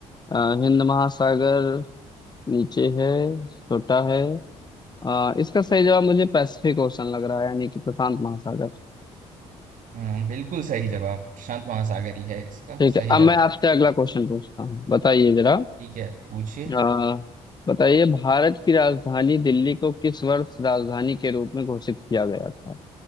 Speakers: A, on the left; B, on the right.
A: अ, हिंद महासागर नीचे है छोटा है आ, इसका सही जवाब मुझे पैसिफिक ओशन लग रहा है यानी कि प्रशांत महासागर
B: हम्म बिल्कुल सही जवाब प्रशांत महासागर ही है इसका
A: ठीक है
B: सही
A: अब मैं
B: जवाब
A: आपसे अगला क्वेश्चन पूछता हूँ बताइए जरा
B: ठीक है पूछिए
A: आ, बताइए भारत की राजधानी दिल्ली को किस वर्ष राजधानी के रूप में घोषित किया गया था